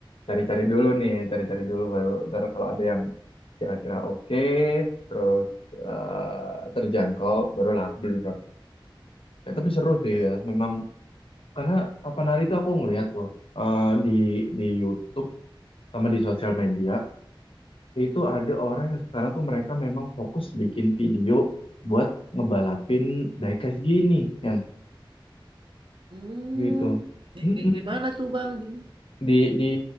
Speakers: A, on the left (about 85°); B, on the right (about 65°).
A: cari cari dulu nih cari cari dulu baru ntar kalau ada yang kira kira oke terus eh, terjangkau barulah aku beli drone ya, tapi seru sih
B: Nah,
A: ya memang karena kapan hari itu aku ngeliat tuh eh, di di YouTube sama di sosial media itu ada orang yang sekarang tuh mereka memang fokus bikin video buat ngebalapin diecast gini ya
B: Hmm,
A: gitu.
B: di,
A: Mm-mm.
B: di, di mana tuh bang? Di
A: Di di